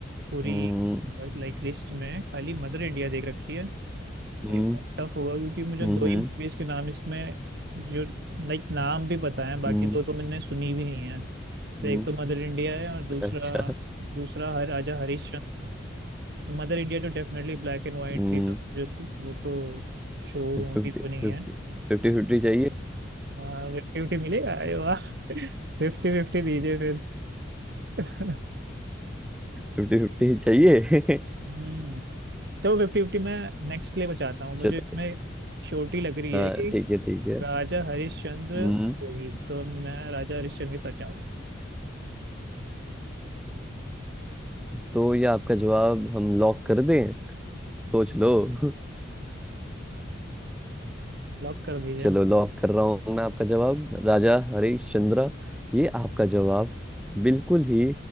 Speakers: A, on the right (about 55°); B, in the centre.
A: पूरी
B: हम्म
A: लाइक लिस्ट में खाली मदर इंडिया देख रखी है अरे
B: हम्म
A: टफ होगा क्योंकि मुझे
B: हम्म
A: दो ही
B: हम्म
A: मूवीज के नाम इसमें जो लाइक नाम भी पता है बाकी
B: हम्म,
A: दो तो मैंने सुनी भी नहीं है तो
B: <laughs> हम्म,
A: एक तो मदर इंडिया है और दूसरा
B: अच्छा
A: दूसरा हर राजा हरिश्चंद्र है तो मदर इंडिया तो डेफिनेटली ब्लैक एंड वाइट
B: हम्म
A: थी तो जो तो, वो तो शोरूम
B: तो फिफ्टी
A: की वो नहीं
B: फिफ्टी
A: है
B: फिफ्टी फिफ्टी चाहिए
A: फिफ्टी फिफ्टी मिलेगा अरे वाह फिफ्टी फिफ्टी दीजिए फिर <laughs>
B: फिफ्टी फिफ्टी ही चाहिए <laughs>
A: हम्म चलो फिफ्टी फिफ्टी मैं नेक्स्ट के लिए बचाता हूँ मुझे
B: चलो
A: इसमें श्योरिटी लग रही
B: हाँ
A: है कि
B: ठीक है ठीक है
A: राजा हरिश्चंद्र
B: हम्म
A: गोहिल तो मैं राजा हरिश्चंद्र के साथ जाऊंगा
B: तो ये आपका जवाब हम लॉक कर दें सोच लो <laughs>
A: लॉक कर दीजिए
B: चलो लॉक कर रहा हूँ मैं आपका जवाब राजा हरीश चंद्र ये आपका जवाब बिल्कुल ही